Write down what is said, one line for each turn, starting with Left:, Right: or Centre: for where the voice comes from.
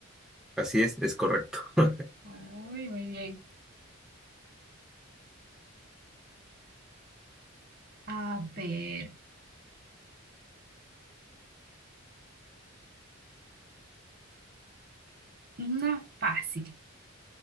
Centre: Así es, es correcto. <laughs>
Right: Uy, muy bien. A ver, una fácil.